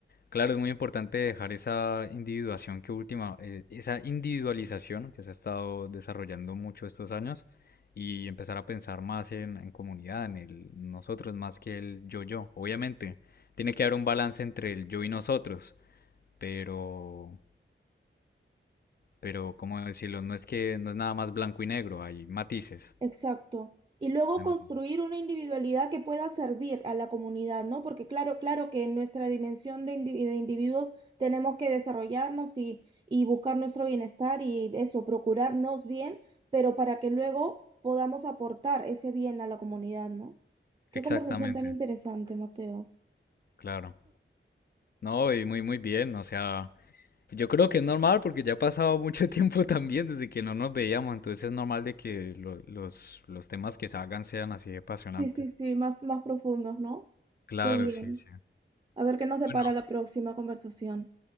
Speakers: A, on the left; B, on the right.
A: Claro, es muy importante dejar esa individuación que última, eh, esa individualización que se ha estado desarrollando mucho estos años y empezar a pensar más en, en comunidad, en el nosotros más que el yo-yo. Obviamente, tiene que haber un balance entre el yo y nosotros, pero, pero, ¿cómo decirlo? No es que no es nada más blanco y negro, hay matices.
B: Exacto. Y luego
A: Hay
B: construir
A: matices.
B: una individualidad que pueda servir a la comunidad, ¿no? Porque claro, claro que en nuestra dimensión de, indivi- de individuos tenemos que desarrollarnos y, y buscar nuestro bienestar y eso, procurarnos bien, pero para que luego podamos aportar ese bien a la comunidad, ¿no? Qué
A: Exactamente,
B: conversación tan interesante, Mateo.
A: claro. No, y muy, muy bien, o sea. Yo creo que es normal porque ya ha pasado mucho <laughs> tiempo también desde que no nos veíamos, entonces es normal de que lo- los, los temas que salgan sean así de apasionantes.
B: Sí, sí, sí, más, más profundos, ¿no?
A: Claro,
B: Qué bien.
A: sí, sí.
B: A ver qué nos depara
A: Bueno,
B: la próxima conversación.